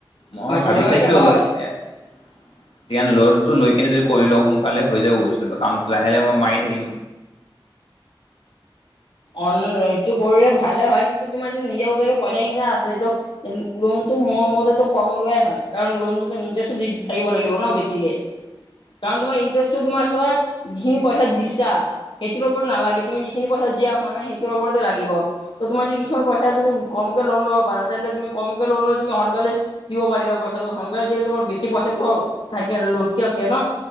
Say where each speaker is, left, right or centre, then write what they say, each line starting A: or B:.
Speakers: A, on the left; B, on the left.
A: মই
B: হয় তেনেকুৱাকে
A: ভাবি চাইছোঁ
B: হয়
A: অলপ এতিয়া লোণ টো লৈ কেনে যদি কৰি লওঁ সোনকালে হৈ যাব বস্তু কামটো লাহে-লাহে মই মাৰি থাকিম।
B: অন সেটো কৰিলে ভালে হয় কিন্তু তোমাৰ যি নিজ ববিয়াকে পইচা কিয়া আছেটো লোনতটো মোৰ মতেতো কম লোৱাই ভাল, কাৰণ লোনটোটো ইণ্টেৰেছো দি থাকিব লাগিব ন বেছিকে। কাৰণ তোমাৰ ইনট্ৰেষ্ট তো তোমাৰ চোৱা যিখিনি পইচা দিছা, সেইটোৰ ওপৰত নালাগে তুমি যিখিনি পইচা দিয়া মানে সেইটোৰ ওপৰতে লাগিব। ত তুমাৰ যদি কিছুমান পইছা তুমি কমকে লোণ ল'ব পাৰা তেন্তে তুমি কমকে লোণ লৈ তুমি সনকালে দিব পাৰিবা পইচাটো সোনকালে দিল তোমাৰ বেছি পইচাটো থাকে <unintelligible>